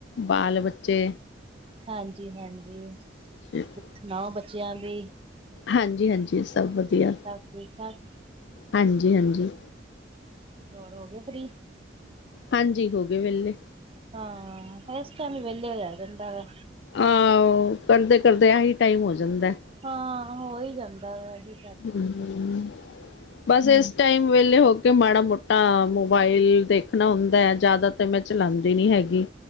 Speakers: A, on the left (about 70°); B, on the right (about 30°).
A: ਬਾਲ ਬੱਚੇ
B: ਹਾਂਜੀ-ਹਾਂਜੀ।
A: <unintelligible>
B: ਸੁਨਾਓ ਬੱਚੇਆਂ ਦੀ
A: ਹਾਂਜੀ-ਹਾਂਜੀ ਸਭ ਵਧੀਆ,
B: ਸਭ ਠੀਕ ਠਾਕ
A: ਹਾਂਜੀ-ਹਾਂਜੀ।
B: ਗੋਰ ਹੋ ਗੇ ਫ਼ਰੀ?
A: ਹਾਂਜੀ, ਹੋ ਗੇ ਵੇਲੇ।
B: ਹਾਂ, ਏਸ ਟੈਮ ਈ ਵੇਲੇ ਹੋਏਆ ਜਾਂਦਾ ਵੈ।
A: ਆਓ ਕਰਦੇ-ਕਰਦੇ ਆਹੀ ਟਾਈਮ ਹੋ ਜਾਂਦੈ।
B: ਹਾਂ, ਹੋਈ ਜਾਂਦਾ ਵਾ ਜੀ।
A: ਹੂੰ, ਬਸ ਇਸ ਟਾਈਮ ਵੇਲੇ ਹੋ ਕੇ ਮਾੜਾ ਮੋਟਾ ਮੋਬਾਈਲ ਦੇਖਣਾ ਹੁੰਦਾ ਐ, ਜਾਦਾ ਤਾਂ ਮੈਂ ਚਲਾਂਦੀ ਨੀ ਹੈਗੀ।